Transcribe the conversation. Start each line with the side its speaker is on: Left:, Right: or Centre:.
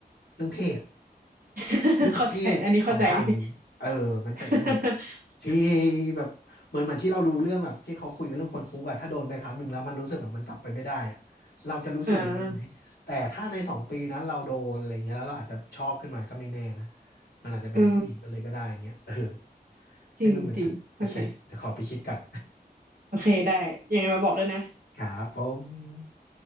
Left: เรื่องเพศ
Right: <laughs>
Left: เรื่องเพศสัมพันธ์เออมันติดเรื่องแบบ
Right: เข้าใจอันนี้เข้าใจเลย <laughs>
Left: ที่แบบเหมือนเหมือนที่เราดูเรื่องแบบที่เขาคุยกันเรื่องคนคุกอะถ้าโดนไปครั้งหนึ่งแล้วมันรู้สึกแบบมันกลับไปไม่ได้อะเราจะรู้สึกอย่างนั้นไหมแต่ถ้าในสองปีนั้นเราโดนอะไรเงี้ยแล้วเราอาจจะชอบขึ้นมาก็ไม่แน่นะ
Right: อ่า
Left: มันอาจจะเป็นผู้หญิงไปเลยก็ได้อย่างเงี้ยเออ
Right: เออ
Left: ไม่รู้เหมือนกันโอเคเดี๋ยวขอไปคิดกัน
Right: จริงจริงเข้าใจโอเคได้ยังไงมาบอกด้วยนะ
Left: <laughs> ครับผม